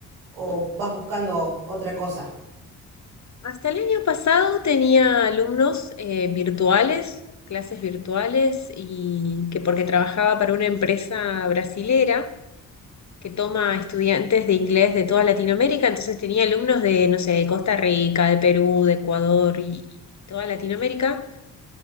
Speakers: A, on the right; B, on the left.
A: o vas buscando otra cosa?
B: Hasta el año pasado tenía alumnos eh, virtuales, clases virtuales, y que porque trabajaba para una empresa brasilera que toma estudiantes de inglés de toda Latinoamérica, entonces tenía alumnos de, no sé, de Costa Rica, de Perú, de Ecuador y toda Latinoamérica.